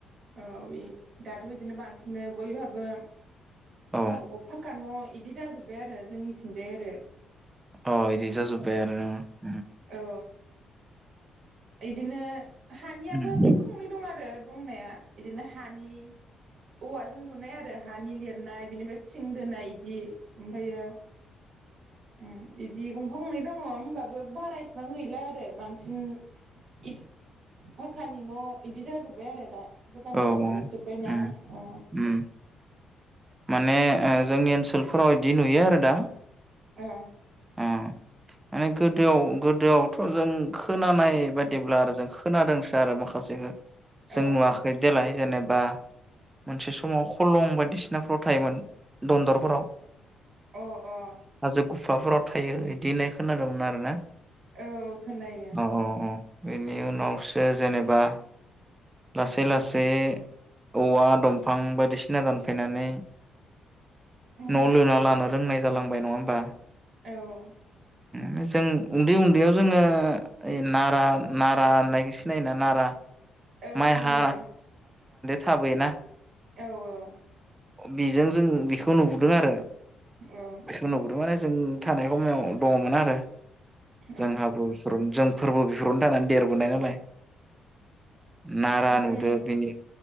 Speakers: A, on the right; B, on the right.
A: औ इ दाथ' इदिनो बांसिनो बयहाबो
B: औ
A: गावबागाव फाखक्कानि न' इदि जाजोब्बाय आरो जोंनिथिंजाय आरो।
B: अ' इदि जाजोबाय आरो न'?
A: औ इदिनो हानियाबो
B: उम
A: गंफा गंनै दं आरो दंनाया इदिनो हानि औवाजों लुनाय आरो हानि लिरनाय बेनिफ्राय थिं दोनाय इदि। ओमफायो उम इदि गंफा गंनै दङ होमबाबो बारा इसिबां गैला आरो बांसिन इथ फाक्कानि न' इदि जाजोब्बाय आरो दा। गोदान
B: औ
A: गोदान लुजुब्बायना
B: उम
A: अ।
B: उम माने ओ जोंनि ओनसोलफोराव इदि नुयो आरो दा।
A: ओ
B: उम माने गोदोआव गोदोआवथ' जों खोनानाय बायदिब्ला आरो जों खोनादोंसो आरो माखासेखो।
A: ओ
B: जों नुवाखै देलाय जेनेबा मोनसे समाव खलं बायदिसिना थायोमोन दनदरफोराव
A: ओ अ
B: हाजो गुफाफोराव थायो बिदि होननाय खोनादोंमोन आरोना
A: अ औ खोनायो
B: औ औ औ बेनि उनावसो जेनेबा लासै लासै औवा दंफां बायदिसिना दानफैनानै
A: उम
B: न' लुना लानो रोंनाय जालांबाय नङा होमबा
A: औ
B: नो जों उन्दै उन्दैयाव जोङो ओइ नारा नारा होननायखौ सिनायोना नारा
A: औ
B: माइ
A: सिनायो।
B: हा थाबोयोना
A: औ औ।
B: बेजों जों बेखौ नुबोदों आरो
A: औ
B: बेखौ नुबोदों मे जों थानाय सम दङमोन आरो
A: औ
B: जोंहाब
A: औ
B: ज फोरबो बेफोरावनो थानानै देरबोनाय नालाय नारा नुदो
A: जों
B: बिनि